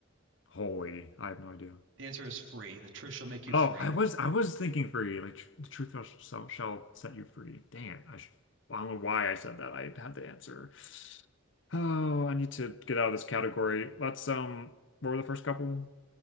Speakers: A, on the left; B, on the right.
A: Holy, I have no idea.
B: The answer is free. The truth shall make you free.
A: Oh, I was I was thinking free, like tr the truth shall, shall shall set you free. Dang I sh I don't know why I said that. I had the answer. Oh, I need to get out of this category. Let's um, what were the first couple?